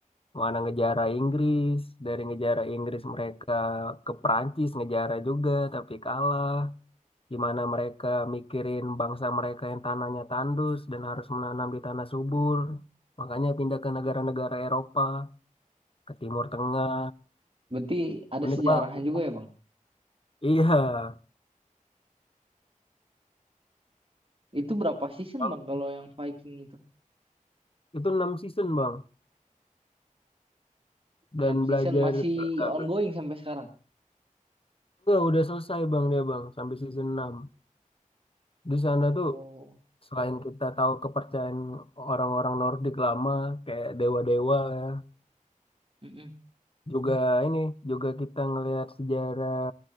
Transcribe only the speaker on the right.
Berarti ada
sejarahnya
juga ya bang.
Itu berapa season
bang kalau yang Viking itu?
enam season
masih
ongoing sampai sekarang.
Oh,
Mm-mm.